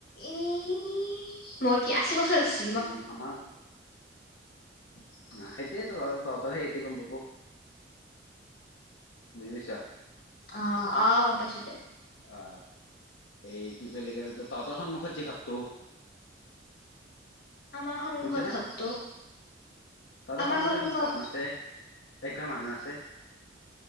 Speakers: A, on the left; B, on the left.
A: এই মোৰ কি আশী বছৰ হৈছে?
B: উম আমাৰ সেইটোয়ে ত তহঁতৰ সেই সিহঁতে গম পাব। বুজি পাইছ?
A: অ অ গম পাইছোঁ দে।
B: অ এই কি বুলি কে তহঁতৰ সন্মুখত যি ঘৰটো?
A: আমাৰ সন্মুখত
B: শুনিছেনে
A: ঘৰটো
B: তহঁতে
A: আমাৰ
B: সন্মুখেন
A: সন্মুখত
B: ঘৰত আছে একঘৰ মানুহ আছে?